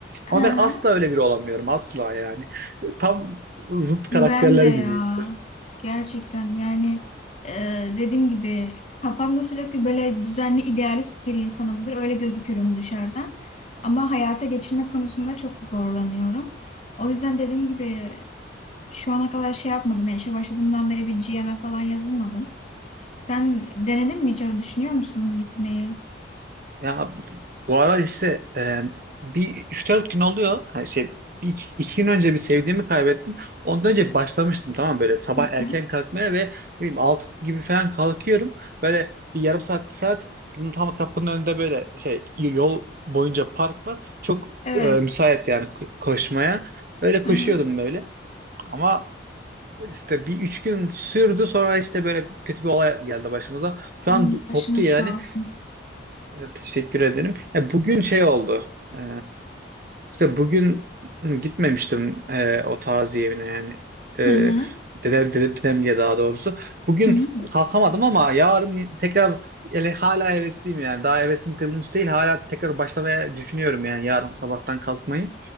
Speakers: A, on the right (about 50°); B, on the left (about 35°).
A: Ama
B: Hı hı.
A: ben asla öyle biri olamıyorum asla yani. Tam zıt karakterler
B: Ben de ya
A: gibiyim.
B: gerçekten yani e, dediğim gibi kafamda sürekli böyle düzenli idealist bir insanımdır. Öyle gözükürüm dışarıdan. Ama hayata geçirmek konusunda çok zorlanıyorum. O yüzden dediğim gibi şu ana kadar şey yapmadım. Yani işe başladığımdan beri bir GM'e falan yazılmadım. Sen denedin mi hiç? öyle Düşünüyor musun gitmeyi?
A: Ya bu ara işte e, bir üç dört gün oluyor. Her şey bir, iki iki gün önce bir sevdiğimi kaybettim. Ondan önce başlamıştım tamam mı? böyle sabah
B: Hı
A: erken
B: hı.
A: kalkmaya ve ne bileyim 6 gibi falan kalkıyorum. Böyle bir yarım saat bir saat bizim tam kapının önünde böyle şey yol boyunca park var. Çok
B: Evet.
A: e, müsait yani ko- koşmaya. Öyle koşuyordum
B: Hı hı.
A: böyle. Ama işte bir üç gün sürdü sonra işte böyle kötü bir olay geldi başımıza. Şu
B: Hmm,
A: an koptu
B: Başınız
A: yani.
B: sağ olsun.
A: E, Teşekkür ederim. Ya bugün şey oldu. E, işte bugün gitmemiştim e, o taziye evine yani. E,
B: Hı hı.
A: dede, dede, dedem diye daha doğrusu. Bugün
B: Hı hı.
A: kalkamadım ama yarın tekrar yani hala hevesliyim yani. Daha hevesim kırılmış değil. Hala tekrar başlamaya düşünüyorum yani yarın sabahtan kalkmayı.